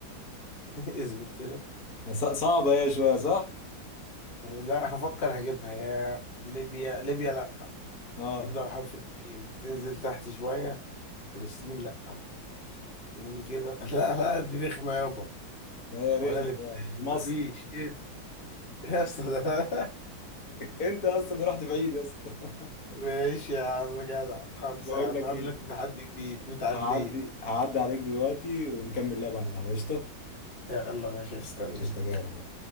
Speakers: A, on the left; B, on the left.
A: <clears throat> اصبر كده
B: ص- صعبة هي شوية صح
A: لا هفكر هجيبها يا ليبيا ليبيا
B: اه
A: تبدأ بحرف الميم تنزل تحت شوية فلسطين لأ نيجي كده <laughs> لا لا دي رخمة يابا
B: لا هي رخمة
A: ولا لبنان
B: فعلا
A: مفيش
B: مصر
A: ايه ده؟ يا اسطى ده
B: انت اصلا رحت بعيد يا اسطى
A: <laughs> ماشي يا عم جدع
B: <laughs>
A: خلص
B: بقول
A: يا عم
B: لك
A: قابلك
B: ايه
A: في تحدي جديد متعادلين
B: هعدي هعدي عليك دلوقتي ونكمل لعب على القهوه قشطه
A: يلا ماشي استنى
B: قشطه جاي لك اهو.